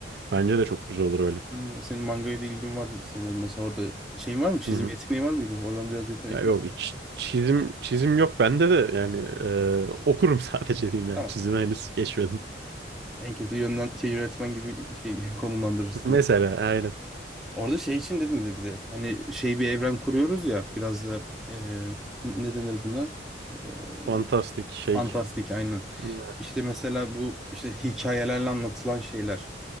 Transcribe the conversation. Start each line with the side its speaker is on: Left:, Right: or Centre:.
Right: Bence de çok güzel olur öyle.
Centre: Hı, Senin mangaya da ilgin var sanırım. Mesela orada şeyin var mı? Çizim
Right: Hı hı.
Centre: yeteneği var mıydı? Oradan biraz yetenek.
Right: Ya yok hiç çizim çizim yok bende de yani e, okurum <laughs> sadece diyeyim yani
Centre: Tamam.
Right: çizime henüz geçmedim.
Centre: En kötü yönden şey yönetmen gibi şey <laughs> konumlandırır seni.
Right: <laughs> Mesela aynen
Centre: Orada şey için dedim de bir de hani şey bir evren kuruyoruz ya biraz da e, ne denir buna? E,
Right: fantastik şey.
Centre: fantastik aynen.
Right: Hmm.
Centre: İşte mesela bu işte hikayelerle anlatılan şeyler.